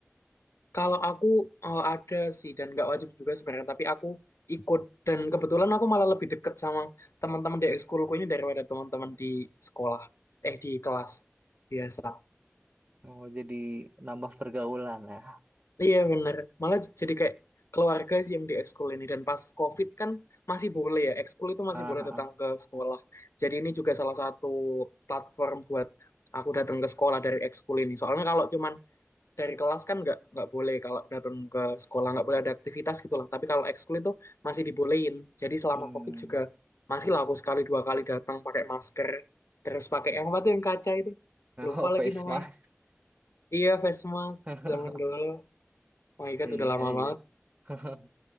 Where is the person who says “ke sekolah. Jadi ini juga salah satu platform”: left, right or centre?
Left